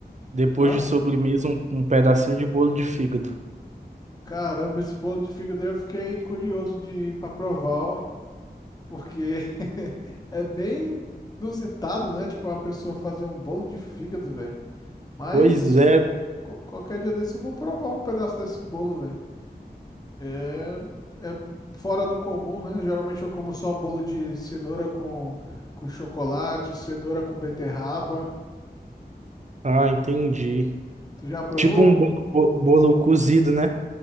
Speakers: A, on the right (about 45°); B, on the left (about 20°).
A: depois
B: Hã?
A: de sobremesa, um, um pedacinho de bolo de fígado.
B: Caramba, esse bolo de fígado aí eu fiquei curioso de ir pra provar, ó, porque <laughs> é bem inusitado, né? Tipo, uma pessoa fazer um bolo de fígado, velho. Mas
A: Pois é,
B: co- qualquer dia desse eu vou provar um pedaço desse bolo, velho. É, é fora do comum, né? Geralmente eu como só bolo de cenoura com, com chocolate, cenoura com beterraba.
A: Ah, entendi.
B: Tu já provou
A: Tipo um bolo, bo- bolo cozido, né?